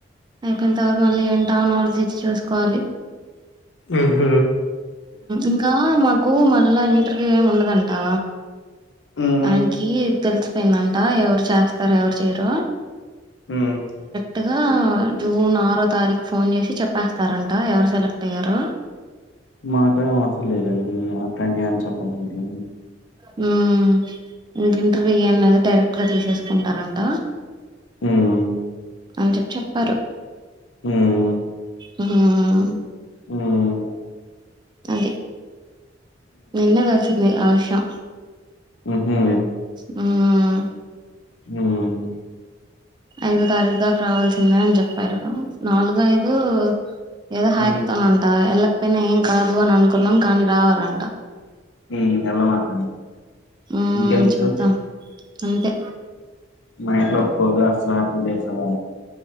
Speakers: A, on the right (about 25°); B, on the left (about 75°).
A: పోయిన తర్వాత మళ్ళీ ఏంటా <unintelligible> చూసుకోవాలి
B: ఆహ
A: ఇంకా మాకు మళ్ళా ఇంట్రె ఇ ఏమి ఉండదంటా
B: ఉమ్
A: ఆయననికి తెలుసు పోయిందంట ఎవరు చేస్తారు ఎవరు చేయరు
B: హ్మ్
A: కరెక్టుగా జూన్ ఆరో తారీఖు ఫోన్ చేసి చెప్పేస్తారంట ఎవరు సెలెక్ట్ అయ్యారో
B: మాకే అవసరం లేదండి అట్లాంటియి చెప్పండి ఇంకేమి
A: హ్మ్ ఇంక ఇంటర్వ్యూ ఇయ్యండి అవుతారు ఇక్కడే తీసేసుకుంటారంట
B: హ్మ్
A: అని చెప్పి చెప్పారు
B: ఉమ్
A: హ్మ్
B: హ్మ్
A: అది నిన్నే తెలిసింది ఆ విషయం
B: ఊహూ
A: హ్మ్
B: హమ్
A: ఐదో తారీఖు దాకా రావాల్సిందే అని చెప్పారు నాలుగు ఐదు ఏదో
B: హ్మ్.
A: హాకతానంట ఎలా పయిన ఏం కాదు అని అనుకున్నాం కానీ రావాలంట
B: హమ్ వెళ్ళమాక
A: మ్మ్
B: ఇంకెందుకు
A: చూద్దాం అంతే
B: మా ఇంట్లో ఫోర్ డేస్ అలా టూ డేస్ ఆలా